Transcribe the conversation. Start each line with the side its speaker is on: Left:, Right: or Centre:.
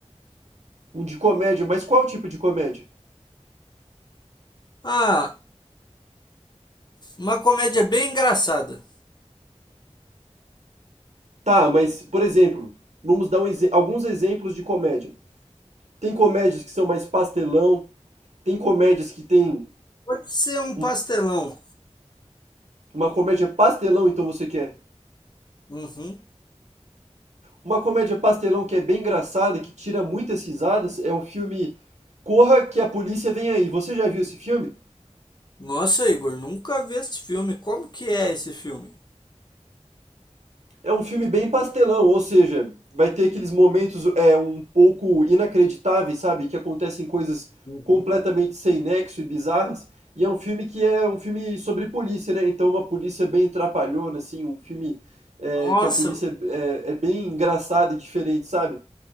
Right: Um de comédia, mas qual tipo de comédia?
Left: Ah, uma comédia bem engraçada.
Right: Tá, mas, por exemplo, vamos dar um exe- alguns exemplos de comédia. Tem comédias que são mais pastelão, tem comédias que têm
Left: Pode ser um pastelão.
Right: um- Uma comédia pastelão, então você quer?
Left: Uhum.
Right: Uma comédia pastelão que é bem engraçada, que tira muitas risadas, é o filme Corra que a polícia vem aí. Você já viu esse filme?
Left: Nossa, Igor, nunca vi esse filme. Como que é esse filme?
Right: É um filme bem pastelão, ou seja, vai ter aqueles momentos é um pouco inacreditáveis, sabe? Que acontecem coisas
Left: Uhum.
Right: completamente sem nexo e bizarras. E é um filme que é um filme sobre polícia, né? Então uma polícia bem trapalhona, assim, um filme é,
Left: Nossa,
Right: que a polícia é, é bem engraçada e diferente, sabe?